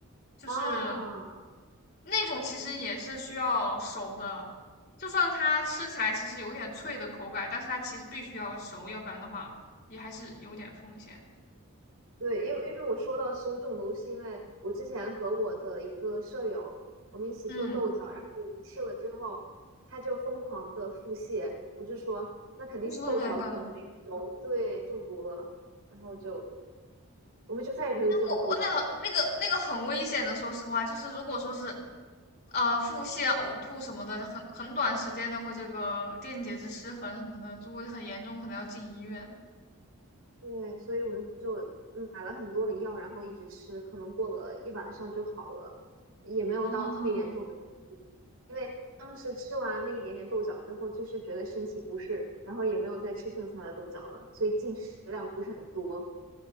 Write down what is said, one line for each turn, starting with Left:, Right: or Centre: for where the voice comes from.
Left: 就是
Right: 啊，
Left: 那种其实也是需要熟的，就算它吃起来其实有点脆的口感，但是它其实必须要熟，要不然的话也还是有点风险。
Right: 对，因为因为我说到食物中毒，是因为我之前和我的一个舍友，我们一起做豆角，
Left: 嗯
Right: 然后我们吃了之后，他就疯狂的腹泻，我就说那肯定是豆角可能没熟，
Left: ，Oh my god！<laughs>
Right: 对，中毒了，然后就我们就再也没有做过豆角了。
Left: 我我那个那个那个很危险的，说实话，就是如果说是，呃，腹泻、呕吐什么的，就很很短时间内会这个电解质失衡什么的，如果很严重，可能要进医院。
Right: 对，所以我们就嗯买了很多的药，然后一直吃，可能过了一晚上就好了，也没有到特别严重的。
Left: 啊，
Right: 因为当时吃完那一点点豆角之后，就是觉得身体不适，然后也没有再吃剩下的豆角了，所以进食量不是很多。